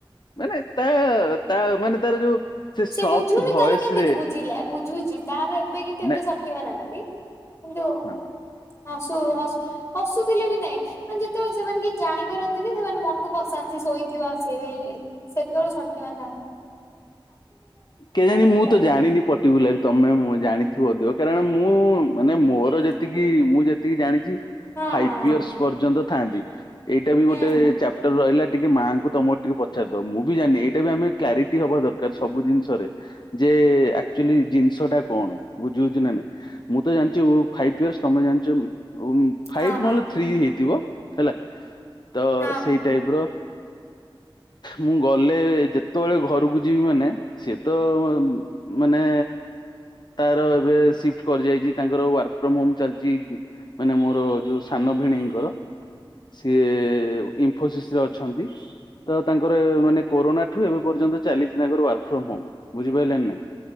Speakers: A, on the left (about 55°); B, on the left (about 30°).
A: ମାନେ ତା ତା ମାନେ ତାର ଯୋଉ
B: ସେ
A: ସଫ୍ଟ
B: ବୁଝୁନି
A: ଭଏସ
B: ତାହେଲେ କେମିତି
A: ରେ
B: ବୁଝିଲା ବୁଝୁଚି ତାର ଏବେ କିନ୍ତୁ ଏବେ
A: ନା
B: ସଠେଇିବ ନାହାଁନ୍ତି କିନ୍ତୁ
A: ହଁ
B: ହସୁ ହ ହସୁଥିଲେ ବି ନାଇଁ ଯେତେବେଳେ ସେମାନେ କିଛି ଜାଣି ପାରନ୍ତିନି ସେମାନେ ମନକୁ ଅସାନ୍ତି ଶୋଇଥିବ ଆସେଇ ଇ ସେତେବେଳେ ସଠିବା ତା
A: କେ ଜାଣି ମୁଁ
B: ମତେ ଲାଗେ।
A: ତ ଜାଣିନି ପର୍ଟିକୁଲାର ତମେ ମୁଁ ଜାଣି ଥିବ ଅଧିକ କାରଣ ମୁଁ ମାନେ ମୋର
B: ହଁ
A: ଯେତିକି ମୁଁ ଯେତିକି ଜାଣିଛି
B: ହଁ
A: ଫାଇଭ
B: ହଁ।
A: ଇୟର୍ସ ପର୍ଯ୍ୟନ୍ତ ଥାନ୍ତି ଏଇଟା ବି
B: ହୁଁ
A: ଗୋଟେ
B: ହୁଁ
A: ଚାପ୍ଟର ରହିଲା ଟିକେ ମାଙ୍କୁ ତମର ଟିକେ ପଚାରିଦବ ମୁଁ ବି ଜାଣିନି ଏଇଟା ବି ଆମେ କ୍ଲାରିଟି ହବା ଦରକାର ସବୁ ଜିନିଷରେ ଯେ ଆକ୍ଚୁଆଲି ଜିନିଷ ଟା କଣ ବୁଝି ହଉଛି ନା ନାଇ ମୁଁ ତ ଜାଣିଛି ଫାଇଭ୍ ଇୟର୍ସ ତମେ ଜାଣିଛ ଉଁ ଫାଇଭ
B: ହଁ ହଁ
A: ନହେଲେ ଥ୍ରୀ ହେଇଥିବ ହେଲା ତ
B: ହଁ ହଁ
A: ସେଇ ଟାଇପ ର ମୁଁ ଗଲେ ଯେତେବେଳେ ଘରକୁ ଯିବି ମାନେ ସେ ତ ମାନେ ତାର ଏବେ ସିଫ୍ଟ କରି ଯାଇଛି ତାଙ୍କର ୱାର୍କ ଫ୍ରମ ହୋମ ଚାଲିଛି ମାନେ ମୋର ଯଉଁ ସାନ ଭିଣେଇଙ୍କର ସିଏ ଇନଫୋସିସ ରେ ଅଛନ୍ତି ତ ତାଙ୍କ ଙ୍କର ମାନେ କୋରୋନା ଠୁ ଏବେ ପର୍ଯ୍ୟନ୍ତ ଚାଲିଛି ତାଙ୍କର ୱାର୍କ ଫ୍ରମ ହୋମ ବୁଝିପାରିଲେ ନା ନାଇଁ